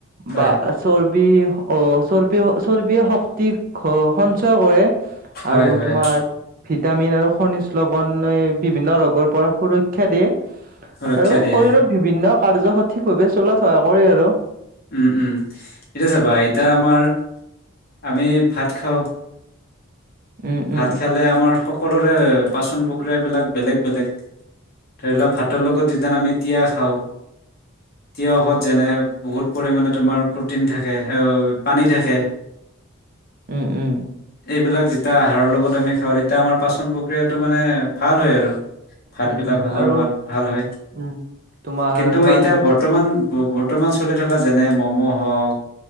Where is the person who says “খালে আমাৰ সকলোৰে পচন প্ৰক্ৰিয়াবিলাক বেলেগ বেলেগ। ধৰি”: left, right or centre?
Left